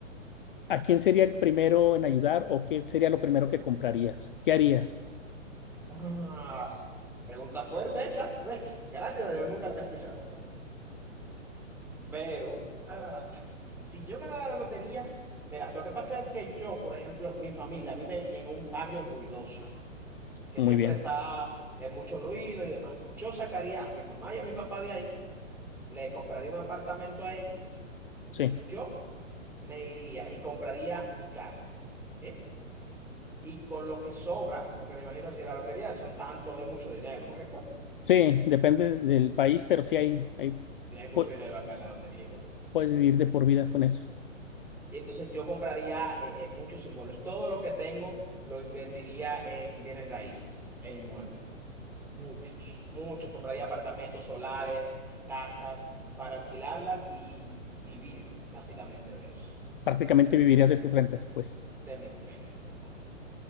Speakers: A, on the left (about 45°); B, in the centre.
A: ¿a quién sería el primero en ayudar o qué sería lo primero que comprarías? ¿Qué harías?
B: Ah, pregunta fuerte esa. Pues, gracias a Dios, nunca la he escuchado esa pregunta. Pero ah, si yo ganara la lotería, mira, lo que pasa es que yo, por ejemplo, mi familia vive en un barrio ruidoso, que
A: Muy
B: siempre
A: bien.
B: está en mucho ruido y demás. Yo sacaría a mi mamá y a mi papá de ahí, le compraría un apartamento a ellos
A: Sí.
B: y yo me iría y compraría mi casa. ¿eh? Y con lo que sobra, porque me imagino si la lotería son tanto, es mucho dinero, ¿correcto?
A: Sí, depende del país, pero sí hay, hay,
B: Si hay mucho
A: pu-
B: dinero acá en la lotería, igual.
A: puedes vivir de por vida con eso.
B: Y entonces yo compraría eh, eh, muchos inmuebles. Todo lo que tengo lo invertiría en bienes raíces e inmuebles. Muchos, muchos. Compraría apartamentos solares, casas para alquilarlas y vivir básicamente de eso,
A: Prácticamente vivirías de tus rentas, pues.
B: de mis rentas, exacto.